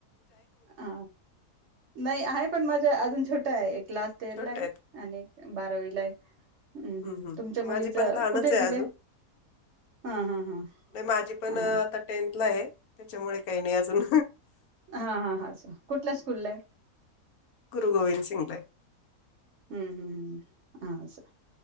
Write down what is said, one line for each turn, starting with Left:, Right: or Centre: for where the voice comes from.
Right: अ नाही आहे पण माझ्या अजून छोट्या. एक. लास्ट इयरला
Left: छोट
Right: आहे आणि बारावी ला आहे. हम्म
Left: हम्
Right: हम्म
Left: हम्
Right: तुमच्या मुलीच
Left: माझी पण लहानच
Right: कुठे
Left: आहे
Right: दिले
Left: अजून
Right: हा हा हा
Left: माझी पण
Right: हा
Left: आता टेन्थला आहे. त्याच्यामुळे काही नाही अजून.
Right: हा हा हा कुठल्या स्कूलला आहे.
Left: गुरु गोविंद सिंगला.
Right: हम्म हम् हम् हा असं